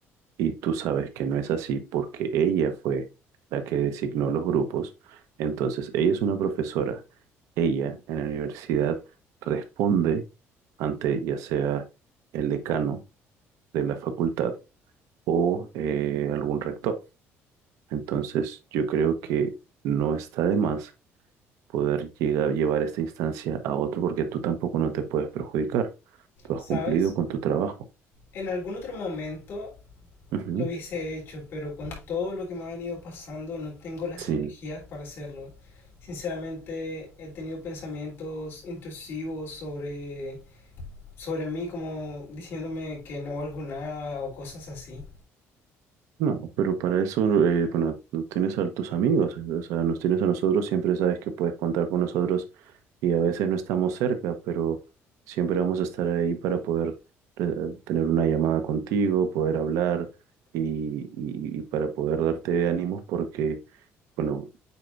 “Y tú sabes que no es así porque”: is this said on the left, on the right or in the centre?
Right